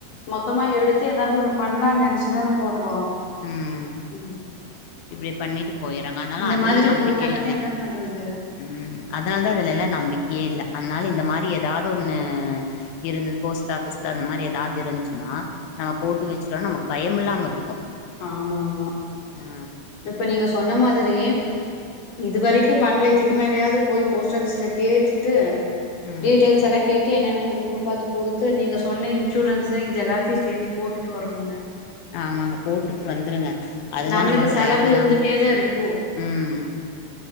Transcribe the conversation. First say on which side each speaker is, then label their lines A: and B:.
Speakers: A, on the left; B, on the left.
A: மொத்தமா எடுத்து ஏதாவது ஒண்ணு பண்ணலானு நெனச்சுதான போடுறோ
B: ம்.
A: ம்
B: இப்டி பண்ணிட்டு போய்றாங்க அதனால
A: இந்த
B: அதுலியு
A: மாதிரி
B: நம்பிக்க
A: போயிட்டாங்கன்னா
B: இல்லிங்க,
A: என்ன பண்றது
B: ம் அதானாலதா அதுல எல்லா நம்பிக்கையே இல்ல அதனால இந்த மாரி ஏதாது ஒன்னு இருந்து போஸ்ட் ஆஃபீஸ்ல அந்த மாரி எதாவது இருந்ச்சுனா நம்ம போட்டு வச்சுட்டோனா நமக்கு பயமில்லாம இருக்கு
A: ஆமா ஆமா
B: ஆ
A: இப்ப நீங்க சொன்ன மாதிரி இது வரைக்கு பண்ணல இதுக்கு மேலயாவது போய் போஸ்ட் ஆஃபிஸ்ல கேட்டுட்டு
B: ம்
A: டீட்டெல்ஸ் எல்லா கேட்டு என்னன்னு குடுக்கணு பாத்து குடுத்து நீங்க சொன்ன இன்சூரன்ஸு இது எல்லாத்தையு சேத்து போட்டுட்டு வரணுங்க
B: ஆமாங்க போட்டுட்டு வந்துருங்க அதுதா
A: நம்மளுக்கு
B: ந மக்கு
A: செலவு
B: லைஃப்லாங்
A: இருந்துட்டேதா இருக்கு
B: ம்